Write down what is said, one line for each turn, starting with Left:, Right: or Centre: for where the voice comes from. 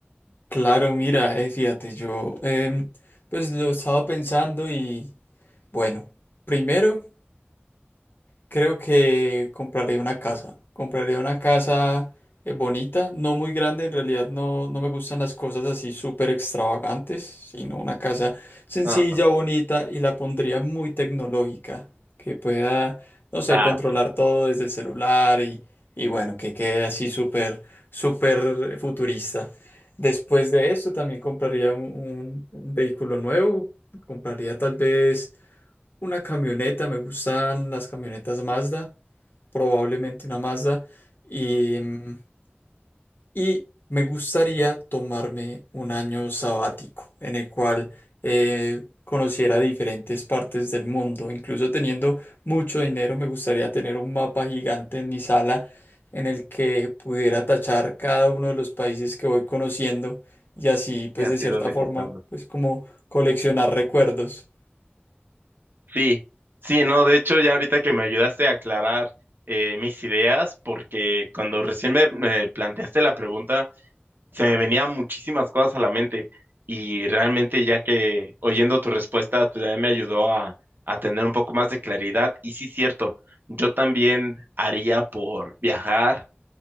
Left: Claro, mira, eh, fíjate, yo em, pues lo estaba pensando y bueno, primero. Creo que compraré una casa. Compraré una casa eh, bonita, no muy grande. En realidad no, no me gustan las cosas así súper extravagantes, sino una casa sencilla,
Right: Ajá.
Left: bonita y la pondría muy tecnológica, que pueda, no sé,
Right: Ah,
Left: controlar
Right: sí.
Left: todo desde el celular y, y bueno, que quede así súper, súper futurista. Después de eso también compraría un, un un vehículo nuevo. Compraría tal vez una camioneta, me gustan las camionetas Mazda, probablemente una Mazda, y,
Right: Mm,
Left: mm, y me gustaría tomarme un año sabático en el cual eh, conociera diferentes partes del mundo. Incluso teniendo mucho dinero, me gustaría tener un mapa gigante en mi sala en el que pudiera tachar cada uno de los países que voy conociendo y así, pues
Right: ¿Qué has
Left: de cierta
Right: ido visitando?
Left: forma, pues como coleccionar recuerdos.
Right: Sí, sí, no, de hecho ya ahorita que me ayudaste a aclarar eh, mis ideas, porque cuando recién me, me planteaste la pregunta, se me venían muchísimas cosas a la mente y realmente ya que oyendo tu respuesta pues, también me ayudó a, a tener un poco más de claridad y sí, cierto, yo también haría por viajar,